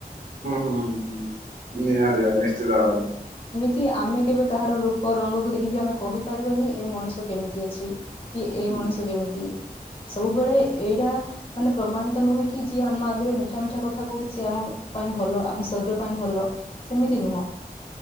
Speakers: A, on the right; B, on the left.
A: ହୁଁ ହୁଁ ହୁଁ, ନିହାତି ଭାବେ ନିଶ୍ଚିତ ଭାବେ।
B: କି ଆମେ କେବେ କାହାର ରୂପ ରଙ୍ଗକୁ ଦେଖିକି ଆମେ କହି ପାରିବାନି ଏ ମଣିଷ କେମିତି ଅଛି। କି ଏ
A: ହୁଁ
B: ମଣିଷ କେମିତି, ସବୁବେଳେ ଏଇଟା ମାନେ ପ୍ରମାଣିତ ନୁହେଁ କି ଯିଏ ଆମ ଆଗରେ ମିଠା ମିଠା କଥା କହୁଛି, ସିଏ ଆମ ପାଇଁ ଭଲ ଆମ ଶରୀର ପାଇଁ ଭ ଲ ସେମିତି ନୁହଁ।